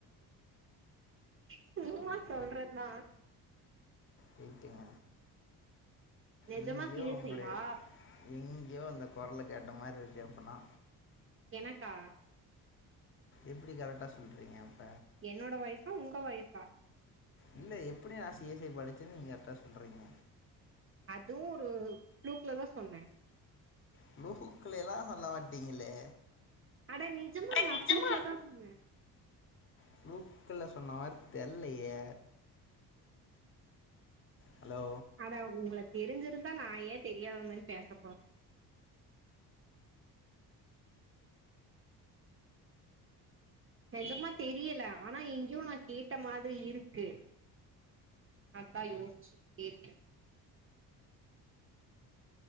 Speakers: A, on the right; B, on the left.
A: சும்மா சொல்றதா
B: ரைட்டுங்க
A: நெஜமா
B: எங்யோ
A: சி எஸ்
B: உங்கடே
A: ஐ யா
B: எங்யோ அந்த கொரல கேட்ட மாரி இருக்கு அப்னா
A: எனக்கா
B: எப்டி கரட்டா சொல்றீங்க அப்ப
A: என்னோட வய்சா உங்க வய்சா
B: இல்ல எப்டி நா சி எஸ் ஐ படிச்சேன்னு நீங்க கர்ட்டா சொல்றீங்க
A: அதுவு ஒரு ப்ளூக்ல தா சொன்னே
B: ப்ளூக்லா எல்லா சொல்ல மாட்டீங்களே
A: அட நிஜமா
B: அட
A: நா
B: நிஜமா
A: ப்லூக்ல தா சொன்னே
B: ஃப்லூக்ல சொன்னமாரி தெர்லையே ஹலோ
A: ஆனா உங்கள தெரிஞ்சிருந்தா நா ஏ தெரியாத மாரி பேச போறே நெஜமா தெரியல ஆனா எங்யோ நா கேட்ட மாதிரி இருக்கு அத்தா யோஸ்ச்சிட்டே இருக்க